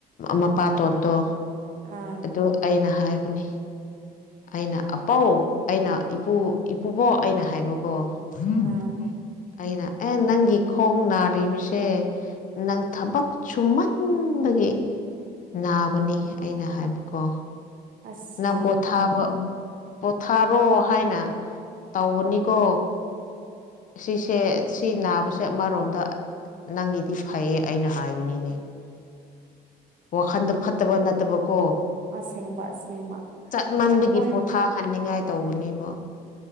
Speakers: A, on the left (about 50°); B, on the right (about 55°).
A: ꯃꯄꯥꯇꯣꯟꯗꯣ
B: ꯑꯥ
A: ꯑꯗꯨ ꯑꯩꯅ ꯍꯥꯏꯕꯅꯤ ꯑꯩꯅ ꯑꯄꯥꯎ ꯑꯩꯅ ꯏꯄꯨ ꯏꯄꯨꯕꯣ ꯑꯩꯅ ꯍꯥꯏꯕꯀꯣ ꯎꯝ
B: ꯑꯥ
A: ꯑꯩꯅ ꯑꯦ ꯅꯪꯒꯤ ꯈꯣꯡ ꯅꯥꯔꯤꯕꯁꯦ ꯅꯪ ꯊꯕꯛ ꯁꯨꯝꯍꯟꯕ ꯑꯗꯨꯒꯤ ꯅꯥꯕꯅꯤ ꯑꯩꯅ ꯍꯥꯏꯕꯀꯣ
B: ꯑꯁꯦꯡꯕ
A: ꯅꯕꯣꯊꯥꯕ ꯄꯣꯊꯥꯔꯣ ꯍꯥꯏꯅ ꯇꯧꯕꯅꯤꯀꯣ ꯁꯤꯁꯦ ꯁꯤ ꯅꯥꯕꯁꯦ ꯑꯃꯔꯣꯝꯗ ꯅꯪꯒꯤꯗꯤ ꯐꯩꯌꯦ ꯑꯩꯅ ꯍꯥꯏꯕꯅꯤꯅꯦ
B: <unintelligible>
A: ꯋꯥꯈꯟꯗ ꯐꯠꯇꯕ ꯅꯠꯇꯕꯀꯣ
B: ꯑꯁꯦꯡꯕ ꯑꯁꯦꯡꯕ
A: ꯆꯠꯃꯟꯕꯒꯤ
B: ꯑꯩꯈꯣꯏ
A: ꯄꯣꯊꯥꯍꯟꯅꯤꯡꯉꯥꯏ ꯇꯧꯕꯅꯦꯕꯣ